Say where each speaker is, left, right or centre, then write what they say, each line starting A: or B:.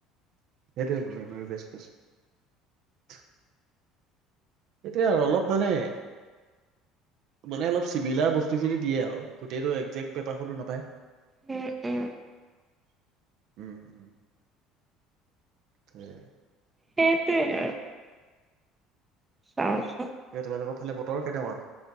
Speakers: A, on the right; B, on the right.
A: সেইটোে মেমৰি বেচ <unintelligible> এতিয়া আৰু অলপ মানে মানে অলপ চিমিলাৰ বস্তু খিনি দিয়ে, আৰু গোটেইটো একজেক্ট পেপাৰখনো নাপায়।
B: উম, উম।
A: <inaudible> <unintelligible>
B: সেইটোৱে আৰু চাৱো
A: এ তোমালোকৰ ফালে বতৰ কেনেকুৱা